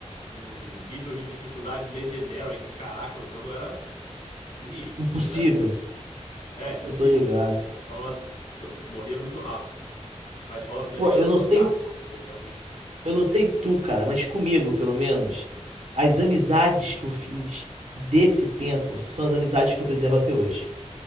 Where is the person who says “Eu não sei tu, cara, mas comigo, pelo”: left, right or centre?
Right